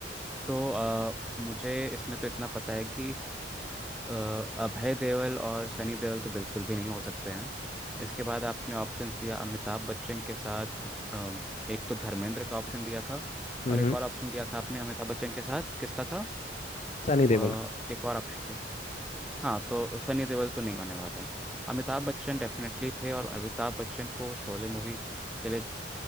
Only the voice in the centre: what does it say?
तो अ, मुझे इसमें तो इतना पता है कि अ, अभय देओल और सनी देओल तो बिल्कुल भी नहीं हो सकते हैं इसके बाद आपने ऑप्शंस दिया अमिताभ बच्चन के साथ अ, एक तो धर्मेंद्र का ऑप्शन दिया था
और एक और ऑप्शन दिया था आपने अमिताभ बच्चन के साथ किसका था
अ,
एक और ऑप्शन हाँ तो सनी देओल तो नहीं होने वाले हैं। अमिताभ बच्चन डेफिनेटली थे और अमिताभ बच्चन को शोले मूवी के लिए